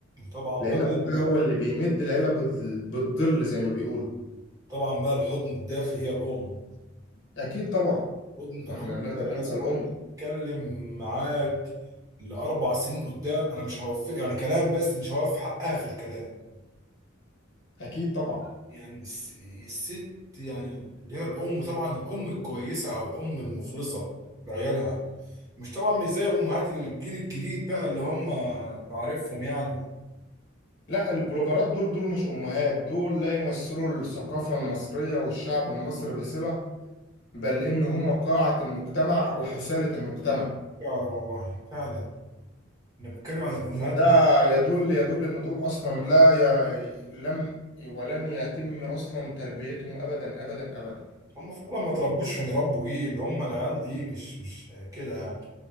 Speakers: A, on the right; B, on the left.
A: طبعا
B: لان
A: بقى
B: ابوك
A: ال-
B: ده هو اللي بيمد العيلة بال- بالظل زي ما بيقولوا
A: طبعا بقى الحضن الدافي هي الام
B: اكيد طبعا
A: الحضن-
B: واحنا
A: الام
B: هنقدر
A: دي بقى انا
B: ننسى
A: لو
B: الام
A: قعدت اتكلم معاك لاربع سنين قدام انا مش هوفر يعني كلام بس مش هوفي حقها في الكلام
B: اكيد طبعا
A: يعني الس- الست يعني اللي هي الام طبعا الام الكويسه او الام المخلصه لعيالها مش طبعا مش زي امهات الجيل الجديد بقى اللي هم تعرفهم يعني
B: لا البلوجرات دول دول مش امهات دول لا يمثلوا الثقافة المصرية والشعب المصري بصلة بل ان هم قاعة المجتمع وحثالة المجتمع
A: فعلا والله فعلا انا بتكلم عن الامهات
B: فده يدل
A: المسيحيين.
B: يدل ان دول اصلا لا ي... لم ولن يتم اصلا تربيتهم ابدا ابدا ابدا
A: هم فعلا ما تربوش عشان يربوا جيل هم العيال دي مش مش كده يعني